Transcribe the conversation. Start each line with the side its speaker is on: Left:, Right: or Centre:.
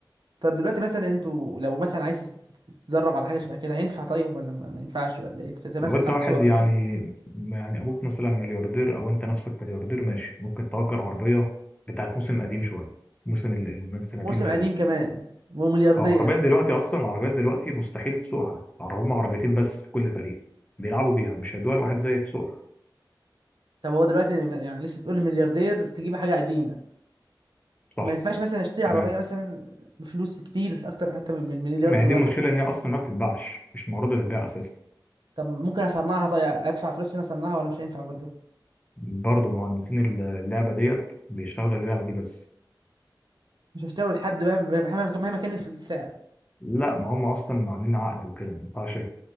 Right: طب دلوقتي مثلا انتوا لو مثلا عايز تت- تتدرب على حاجه شبه كده هينفع طيب ولا ما ما ينفعش ولا ايه انت مثلا
Left: لو انت
Right: تعرف
Left: واحد
Right: تسوق عربيه
Left: يعني يعني ابوك مثلا ملياردير او انت نفسك ملياردير ماشي ممكن تأجر عربية بتاعت موسم قديم شوية موسم ال- ال- من سنتين
Right: موسم
Left: ثلاثة
Right: قديم كمان وملياردير
Left: اه عربيات دلوقتي اصلا عربيات دلوقتي مستحيل تسوقها يعني هم عربيتين بس في كل فريق بيلعبوا بيها مش هيدوها لواحد زيك تسوقها
Right: طب هو دلوقتي ما- يعني معلش تقول لي ملياردير تجيب حاجه قديمه
Left: صح
Right: ما ينفعش مثلا اشتري
Left: تمام
Right: عربيه مثلا بفلوس كتير اكتر حتى من من المليار
Left: ما
Right: دولار
Left: هي دي المشكله ان هي اصلا ما بتتباعش مش معروضه للبيع اساسا
Right: طب ممكن اصنعها طيب ادفع فلوس عشان اصنعها ولا مش هينفع برضه
Left: برضه مهندسين اللعبه ديت بيشتغلوا اللعبه دي بس
Right: مش هشتغل لحد مهما مهما مهما كان الف- السعر
Left: لا ما هم اصلا عاملين عقد وكده ما ينفعش